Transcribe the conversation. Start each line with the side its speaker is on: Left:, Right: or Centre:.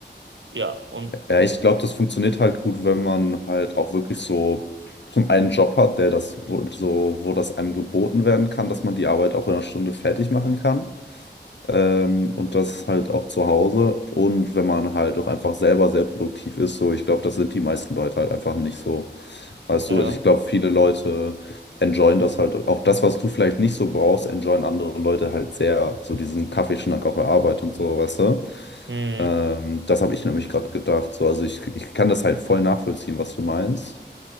Right: Ja, und
Left: ja, ich glaube, das funktioniert halt gut, wenn man halt auch wirklich so zum einen Job hat, der das, wo, so, wo das einem geboten werden kann, dass man die Arbeit auch in einer Stunde fertig machen kann. Ähm, und das halt auch zu Hause. Und wenn man halt auch einfach selber sehr produktiv ist, so ich glaube, das sind die meisten Leute halt einfach nicht so. Weißt
Right: ja.
Left: du, also ich glaube, viele Leute enjoyen das halt. Auch das, was du vielleicht nicht so brauchst, enjoyen andere Leute halt sehr. So diesen Kaffeeschnack auf der Arbeit und so, weißt du?
Right: Mhm.
Left: Ähm, das habe ich nämlich gerade gedacht. So, also ich, ich kann das halt voll nachvollziehen, was du meinst.